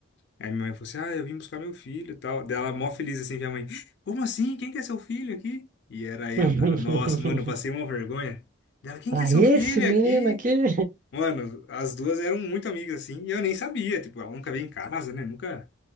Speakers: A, on the left; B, on the right.
A: Aí minha mãe falou assim, ah, eu vim buscar meu filho e tal. Daí ela mó feliz assim, minha mãe, como assim? Quem que é seu filho aqui? E era eu,
B: <laughs>
A: cara. Nossa, mano, eu passei uma vergonha. Dela, quem
B: Ah,
A: que é seu
B: esse
A: filho
B: menino
A: aqui?
B: aqui
A: Mano, as duas eram muito amigas assim, e eu nem sabia, tipo, ela nunca veio em casa, né? Nunca,